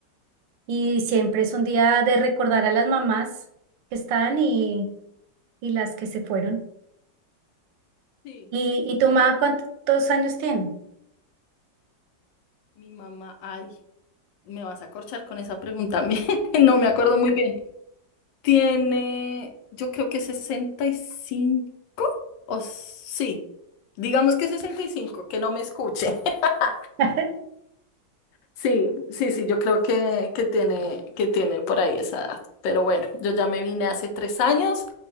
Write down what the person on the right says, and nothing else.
y siempre es un día de recordar a las mamás que están y, y las que se fueron.
¿Y,
y tu mamá cuántos años tiene?
<laughs>